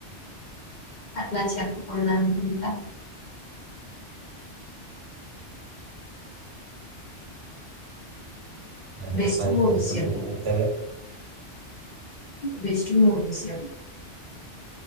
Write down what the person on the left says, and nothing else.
అట్లా చెప్పకూడదు అనుకుంటా
బెస్ట్
మూవీస్
చెప్పు బెస్ట్ మూవీ సియాం